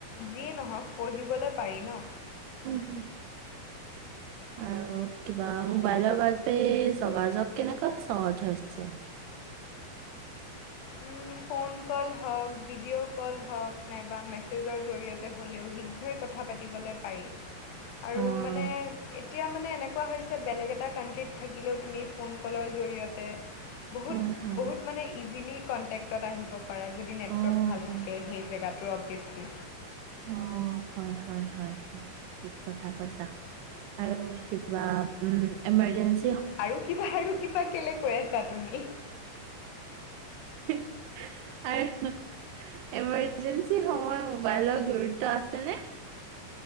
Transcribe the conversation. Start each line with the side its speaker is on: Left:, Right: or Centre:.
Left: যিয়ে নহওঁক পঢ়িবলৈ পাৰি ন।
Right: উম উম। আৰু কিবা মোবাইলৰ বাবে যোগাযোগ কেনেকুৱা সহজ হৈছে।
Left: উম ফোন কল হওঁক, ভিডিঅ' কল হওঁক, নাইবা মেছেজৰ জৰিয়তে হ'লেও শীঘ্ৰেই কথা পাতিবলে পাৰি, আৰু
Right: অ',
Left: মানে এতিয়া মানে এনে কোৱা হৈছে বেলেগ এটা কাণ্ট্ৰীত থাকিলেও তুমি ফোন কলৰ জৰিয়ত তে বহুত
Right: হয় হয়।
Left: বহুত মানে ইজিলি কণ্টেক্টত আহিব। পৰা যদি নেটৱৰ্ক
Right: অ',
Left: ভাল থাকে সেই জেগাটোৰ অবভিয়াছলি
Right: অহ হয় হয় হয় হয় ঠিক কথা কৈছা আৰু কিবা উম ইমাৰ্জেন্স
Left: আৰু কিবা আৰু কিবা কেলে কৈ আছা তুমি
Right: হে আৰু ইমাৰ্জেন্সি সময়ত মোবাইলৰ গুৰুত্ব আছেনে